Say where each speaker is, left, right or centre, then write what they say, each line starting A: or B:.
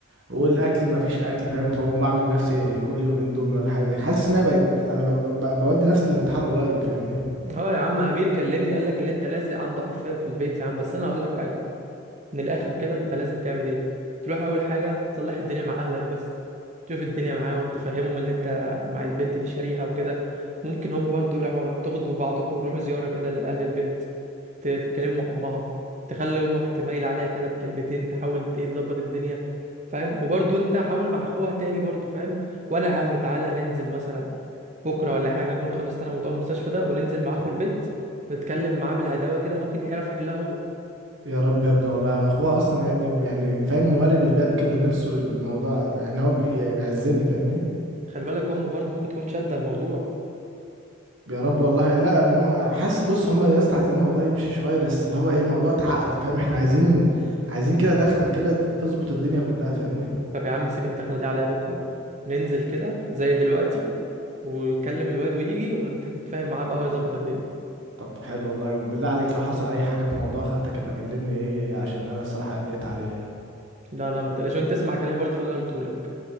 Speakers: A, on the right; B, on the right.
A: والاكل ما فيش اكل فاهم فبقوم بعمل لنفسي كل يوم اندومي ولا حاجه زي كده. حاسس ان انا بقيت انا ب... ب... ب- بودي نفسي للانتحار قريب فاهمني
B: اه يا عم امير كلمني قال لك اللي انت لازق عنده حرفيا في البيت يا عم بس انا هقول لك حاجه من الاخر كده انت لازم تعمل ايه تروح اول حاجه تصلح الدنيا مع اهلك بس تشوف الدنيا معاهم تفهمهم اللي انت مع البنت دي شاريها وكده ممكن هم برضو يروحوا تاخدوا بعضكم وتروحوا زياره كده لاهل البنت ت- تتكلموا مع امها تخلي امك تميل عليها كده بكلمتين تحاول ت- ايه تظبط الدنيا فاهم وبرضو انت حاول مع اخوها تاني برضو فاهم وانا يا عم تعالى ننزل مثلا بكره ولا حاجه اكون خلصت انا موضوع المستشفى ده وننزل مع اخو البيت نتكلم معاه بالهداوه كده ممكن يعرف يحلها هو
A: يا رب يا ابني والله اخوه اصلا يا ابني يعني فاهم موارب الباب كده نفسه الموضوع يعني هو بي- بيعزني فاهمني
B: خلي بالك امه برضه ممكن تكون شادة الموضوع
A: يا رب والله لا أب- هم حاسس بص هم يا اسطى عايزين الموضوع يمشي شويه بس اللي هو ايه الموضوع اتعقرف فاهم احنا عايزين عايزين كده دخله كده ت- تظبط الدنيا كلها فاهمني
B: طب يا عم سيب الدخلة دي عليا بكرة ننزل كده زي دلوقتي ويكلم الواد ويجي ونتفاهم معاه بقى هو يظبط الدنيا
A: طب حلو والله بالله عليك لو حصل اي حاجه في موضوع خالتك يبقى كلمني ايه عشان انا الصراحه قلقت عليها
B: لا لا ما تقلقش وانت اسمع كلامي برضه في اللي انا قلته لك